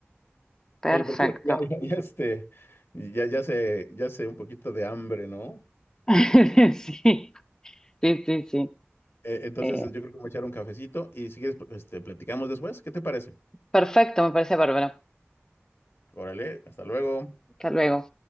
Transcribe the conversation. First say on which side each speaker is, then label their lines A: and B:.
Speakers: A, on the left; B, on the left.
A: Perfecto.
B: Oye, pero creo que ya, ya, ya, este, ya, ya se, ya se un poquito de hambre, ¿no?
A: <laughs> Sí, sí, sí, sí.
B: Eh, Entonces,
A: Eh,
B: yo creo que voy a echar un cafecito y si quieres, pues, este, platicamos después. ¿Qué te parece?
A: perfecto, me parece bárbaro.
B: Órale, hasta luego.
A: Hasta luego.